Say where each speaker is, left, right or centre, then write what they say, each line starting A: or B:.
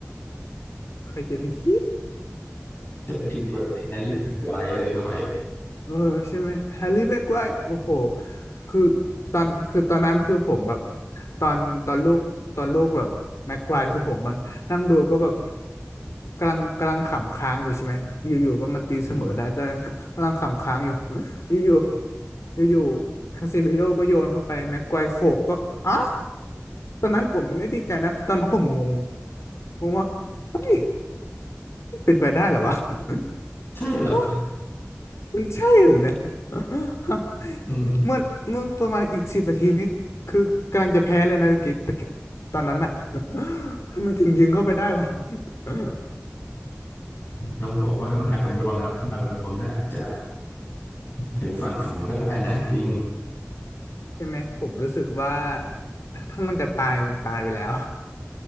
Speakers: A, on the left; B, on the left.
A: ใครจะไปคิด
B: เปิทีเด็ดแฮร์รี่แม็กไกวร์เข้าไป
A: เออใช่ไหมแฮร์รี่แม็กไวร์โอ้โหคือตอนคือตอนนั้นคือผมแบบตอนตอนลูกตอนลูกแบบแม็กไวร์คือผมมันนั่งดูก็แบบ กำลังกำลังขำค้างอยู่ใช่ไหมอยู่ๆก็มาตีเสมอได้ได้
B: อืม
A: กำลังขำค้างอยู่ <laughs> อยู่ๆอยู่ๆคาซิมิโร่ก็โยนเข้าไปแม็กไกวร์โขกก็อ่ะตอนนั้นผมไม่ได้ดีใจนะตอนนั้นผมงงงงว่าเฮ้ยเป็นไปได้เหรอวะ <laughs>
B: ใช่เหรอ
A: ฮะมันใช่เหรอเนี่ย <laughs>
B: อืม
A: เมื่อเมื่อประมาณอีกสิบนาทีนี่คือกำลังจะแพ้เลยนะตะกี้ตะกี้ตอนนั้นอะ <laughs> ทำไมถึงยิงเข้าไปได้วะ <laughs>
B: ต้องบอกว่ามากับดวงครับมากับดวงถ้าอาจจะถึงฝั่งฝันก็ได้นะจริง
A: ใช่ไหมผมรู้สึกว่า <laughs> ถ้ามันจะตายมันตายไปแล้ว